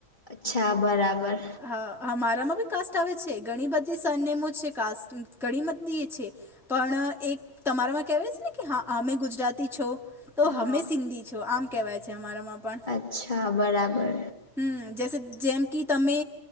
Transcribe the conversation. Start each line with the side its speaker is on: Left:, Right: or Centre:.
Left: અચ્છા બરાબર
Centre: હા હ મારામાં બી કાસ્ટ આવે છે ઘણી બધી સરનેમો છે કાસ્ટ ઘણી બધી એ છે પણ એક તમારામાં કેવાય છે ને કે હા અમે ગુજરાતી છો તો
Left: હા
Centre: હમે સિંધી છો આમ કેવાય છે અમારામાં પણ
Left: અચ્છા બરાબર
Centre: હમ્મ જે જેમ કે તમે